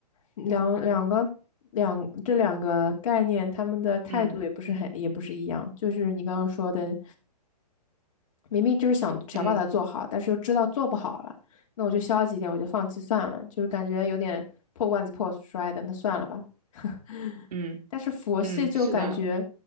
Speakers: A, on the left; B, on the right.
A: 两两个两这两个概念，他们的态度也不是很也不是一样。
B: 嗯
A: 就是你刚刚说的，明明就是想想把它做好，
B: 嗯
A: 但是又知道做不好了，那我就消极一点，我就放弃算了，就是感觉有点破罐子破摔的，那算了吧。<laughs>
B: 嗯嗯，
A: 但是佛系就感觉
B: 是的，